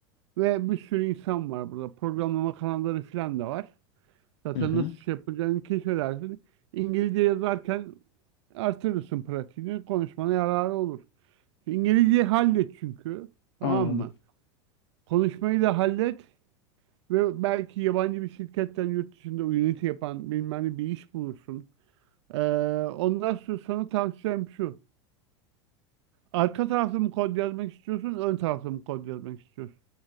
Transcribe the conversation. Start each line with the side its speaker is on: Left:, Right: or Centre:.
Right: ve bir sürü insan var burada. Programlama kanalları falan da var. Zaten
Left: Hı hı.
Right: nasıl şey yapacağını keşfedersin. İngilizce yazarken artırırsın pratiğini. Konuşmana yararı olur. İngilizceyi hallet çünkü. Tamam
Left: Anladım.
Right: mı? Konuşmayı da hallet ve belki yabancı bir şirketten yurt dışında Unity yapan bilmem ne bir iş bulursun. Ee, ondan sonra sana tavsiyem şu. Arka tarafta mı kod yazmak istiyorsun, ön tarafta mı kod yazmak istiyorsun?